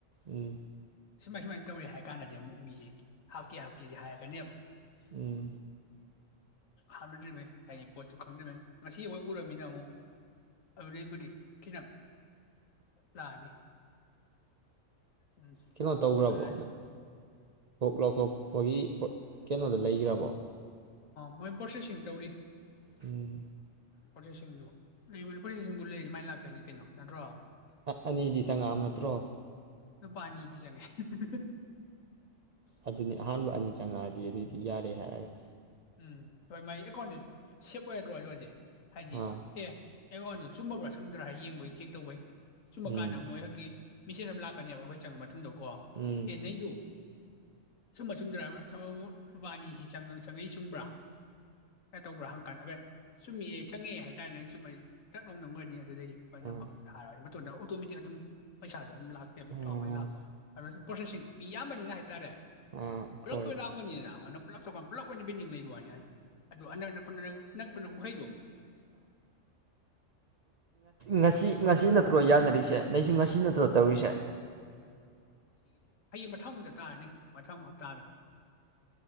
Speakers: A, on the right; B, on the left.
A: ꯎꯝ
B: ꯁꯨꯃꯥꯏ ꯁꯨꯃꯥꯏ ꯇꯧꯔꯦ ꯍꯥꯏꯀꯟꯗꯥꯗꯤ ꯑꯃꯨꯛ ꯃꯤꯁꯦ ꯍꯥꯞꯀꯦ ꯍꯥꯞꯀꯦꯗꯤ ꯍꯥꯏꯔꯀꯅꯤꯕꯥ <inaudible>
A: ꯎꯝ
B: ꯐꯅꯗꯔ꯭ꯤꯃꯩ ꯍꯥꯏꯗꯤ ꯄꯣꯠꯇꯨ ꯈꯪꯗꯔ꯭ꯤꯃꯩ ꯉꯁꯤ ꯎꯔꯝꯅꯤꯅꯥ ꯑꯃꯨꯛ ꯑꯗꯨꯕꯨꯗꯤ ꯈꯤꯇꯪ ꯂꯥꯛꯑꯅꯤ ꯎꯝ
A: ꯀꯩꯅꫭ ꯇꯧꯒꯔꯕꯣ
B: ꯑꯗꯨꯅꯅꯤ
A: ꯂꯧꯊꯣꯛꯞꯒꯤ ꯀꯩꯅꯣꯗꯣ ꯂꯩꯒꯔꯕꯣ
B: ꯃꯣꯏ ꯄꯔꯣꯁꯦꯁꯤꯡ ꯇꯧꯔꯤ
A: ꯎꯝ
B: ꯄꯔꯣꯁꯦꯁꯤꯡ ꯂꯩꯕꯅꯤ ꯄꯔꯣꯁꯦꯁꯤꯡꯕꯨ ꯂꯩꯔꯗꯤ ꯃꯥꯏꯂꯛꯆꯥꯅꯤ ꯀꯩꯅꯣ ꯅꯠꯇꯔꯣ
A: ꯑꯅꯤꯗꯤ ꯆꯪꯉꯛꯑꯕ ꯅꯠꯇ꯭ꯔꯣ
B: ꯅꯨꯄꯥꯅꯤꯗꯤ ꯆꯪꯏ <unintelligible>
A: ꯑꯗꯨꯅꯤ ꯑꯍꯥꯟꯕ ꯑꯅꯤ ꯆꯪꯉꯛ ꯌꯥꯔꯦ ꯍꯥꯏꯔꯛꯗꯧꯅꯤ
B: ꯎꯟ ꯍꯣꯏ ꯃꯥꯏ ꯑꯀꯥꯎꯟꯇꯨ ꯁꯦꯞ ꯑꯣꯏꯔꯗꯔꯣ ꯑꯗꯨ ꯍꯥꯏꯗꯤ
A: ꯑꯥ
B: ꯑꯦ ꯑꯀꯥꯎꯟꯇꯨ ꯆꯨꯝꯃꯥꯕꯔꯥ ꯆꯨꯝꯗꯔ ꯌꯦꯕꯩ ꯆꯦꯛꯇꯧꯕꯩ ꯆꯨꯝꯃ
A: ꯎꯝ
B: ꯀꯥꯟꯗ ꯃꫭꯏ ꯍꯧꯀꯤ ꯃꯤꯁꯦꯖ ꯑꯃꯥ ꯂꯥꯛꯀꯅꯤꯕ ꯈꫭꯏ ꯆꯪꯕꯧ ꯇꯨꯡꯗ ꯀꫭ
A: ꯎꯝ
B: ꯑꯥ ꯅꯪꯏꯗꯨ ꯆꯨꯝꯕꯔꯥ ꯆꯨꯝꯗꯔ ꯑꯃꯨꯛ ꯃꯨꯛ ꯏꯕꯥꯟꯅꯤ ꯁꯤ ꯆꯪ ꯆꯨꯝꯕꯔꯥ ꯀꯩꯅꯣ ꯇꯧꯕꯔꯥ ꯍꯪꯑꯀꯟꯗ ꯆꯨꯝꯃꯤ ꯆꯪꯏ ꯍꯥꯏꯇꯥꯔꯗꯤ ꯆꯨꯝꯃꯗꯤ ꯇꯥꯛꯂꯥꯎꯅꯥ ꯅꯝꯒꯔꯅꯤ ꯑꯗꯨꯗꯩꯩ ꯄꯛ
A: ꯎꯝ
B: ꯊꯔꯛꯅꯤ ꯁꯨꯇꯣꯃꯇꯤꯛ ꯑꯗꯨꯝ ꯄꯩꯁꯥ ꯑꯗꯨꯅ
A: ꯑꯥ
B: ꯄꯔꯣꯁꯦꯁꯤꯡ ꯃꯤ ꯌꯝꯕꯅꯤꯅꯥ ꯍꯥꯏꯇꯔꯦ
A: ꯑꯥ
B: ꯄꯨꯂꯞꯀꯤ
A: ꯈꯣꯏ
B: ꯑꯣꯏꯅꯥ ꯂꯛꯄꯅꯤꯅꯥ <unintelligible> ꯄꯨꯂꯞ ꯑꯣꯏꯅꯥ ꯄꯦꯟꯗꯤꯡ ꯋꯥꯅꯤ ꯑꯁꯤꯗ ꯑꯗꯨ ꯑꯅꯥꯛ ꯑꯅꯛꯄꯥꯃꯩꯗꯤ
A: ꯉꯁꯤ ꯉꯁꯤ ꯅꯥꯠꯇꯔꯣ ꯌꯥꯅꯔꯤꯁꯦ ꯅꯒꯤꯁꯨ ꯉꯁꯤ ꯅꯠꯇꯔꯣ ꯇꯧꯔꯤꯁꯦ꯫
B: ꯃꯊꯪꯃꯨꯛꯇ ꯇꯥꯔꯥꯅꯤ ꯃꯊꯪ ꯍꯞꯇꯗ